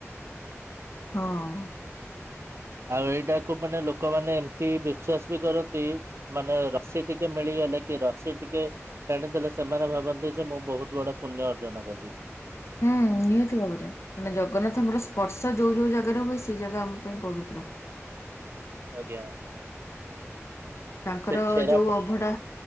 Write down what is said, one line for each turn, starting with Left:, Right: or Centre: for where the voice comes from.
Left: ହଁ,
Right: ଆଉ ଏଇଟାକୁ ମାନେ ଲୋକମାନୋନ ଏମିତି ବିଶ୍ଵାସ ବି କରନ୍ତି ମାନେ ରସି ଟିକେ ମିଳିଗଲେ କି ରସି ଟିକେ ଟାଣିଦେଲେ ସେମାନେ ଭାବନ୍ତି ଯେ ମୁଁ ବହୁତ ବଡ ପୁଣ୍ୟ ଅର୍ଜନ କଲି
Left: ହୁଁ ନିହାତି ଭାବରେ ମାନେ ଜଗନ୍ନାଥଙ୍କର ସ୍ପର୍ଶ ଚା ଯୋଉ ଯୋଉ ଜାଗାରେ ହୁଏ ସେଇ ଜାଗା ଆମ ପାଇଁ ପବିତ୍ର।
Right: ଆଜ୍ଞା।
Left: ତାଙ୍କର
Right: ସେ ଛେରା
Left: ଯୋଉ ଅଭଢା